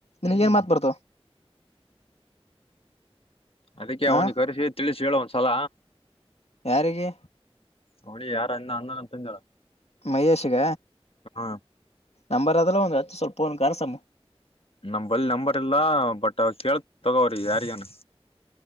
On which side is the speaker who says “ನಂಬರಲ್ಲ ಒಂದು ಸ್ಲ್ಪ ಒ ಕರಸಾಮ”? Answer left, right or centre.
Left